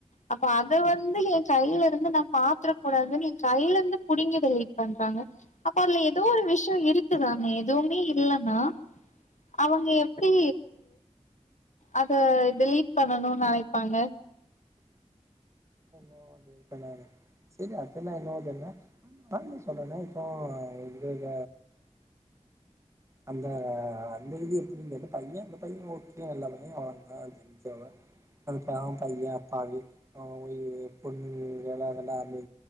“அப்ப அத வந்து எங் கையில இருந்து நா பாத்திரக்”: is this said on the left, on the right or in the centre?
Left